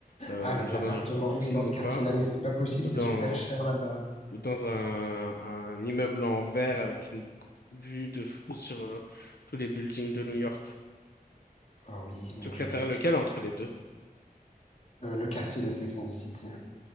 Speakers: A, on the left (about 90°); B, on the left (about 50°).
A: euh,
B: Ah, les
A: genre
B: appartements.
A: dans les rues de Brooklyn
B: Oui, dans ce
A: ou
B: quartier-là,
A: quoi,
B: mais c'est pas possible,
A: ou
B: c'est
A: dans
B: super cher là-bas.
A: ou dans un, un immeuble en verre avec une vue de fou sur euh, tous les buildings de New York.
B: Ah oui, mon
A: Tu
B: Dieu.
A: préfères lequel entre les deux?
B: Euh, le quartier de Sex and the City.